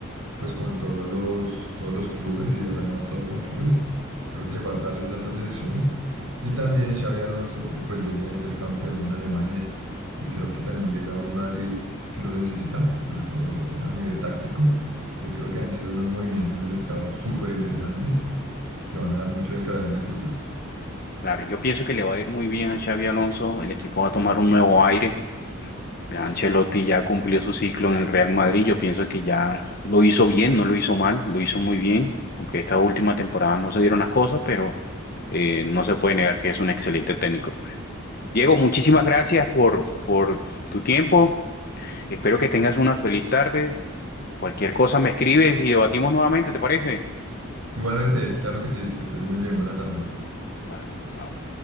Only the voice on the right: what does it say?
pues con todos los, todos los clubes y ha ganado todo con clubes. Creo que le falta dar ese salto a selecciones. Y también Xavi Alonso, pues viene de ser campeón en Alemania y creo que también llega a un Madrid que lo necesita, sobre todo en- a nivel táctico. Entonces creo que han sido unos movimientos de mercado súper interesantes que van a dar mucho de que hablar en el futuro.
Igualmente, claro que sí, que estés muy bien, buena tarde.